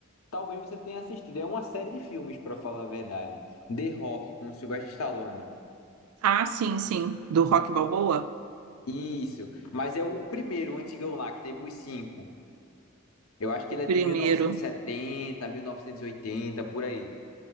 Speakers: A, on the left (about 75°); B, on the right (about 80°).
A: Talvez você tenha assistido. É uma série de filmes, pra falar a verdade. The Rock com Sylvester Stallone.
B: ah, sim, sim, do Rock Balboa,
A: Isso. Mas é o primeiro, o antigão lá, que teve os cinco. Eu acho
B: o
A: que ele
B: primeiro.
A: é de 1970, 1980, por aí.